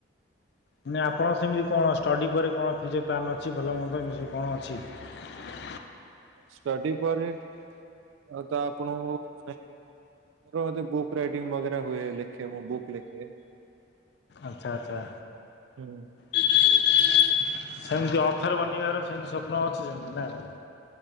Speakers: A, on the left; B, on the right.
A: ମାନେ ଆପଣ ସେମିତି କଣ ଷ୍ଟଡି ପରେ କଣ ଫଚର ପ୍ଲାନ ଅଛି, ଭଲ ମନ୍ଦ ଏମିତି କଣ ଅଛି। ହ <unintelligible>
B: ଷ୍ଟଡି ପରେ ଆ ତ ଆପଣଙ୍କୁ ମାନେ ମୋର ଯୋଉ ବୁକ୍ ରାଇଡିଙ୍ଗ ବଗେରା ହୁଏ, ଲେଖେ ମୁଁ ବୁକ୍ ଲେଖେ।
A: ଆଛା, ଆଛା।
B: ହୁଁ।
A: ସେମିତି ଅଫର ବନିବାର ସେମତି ସ୍ୱପ୍ନ ଅଛି ସେମିତି ନା କ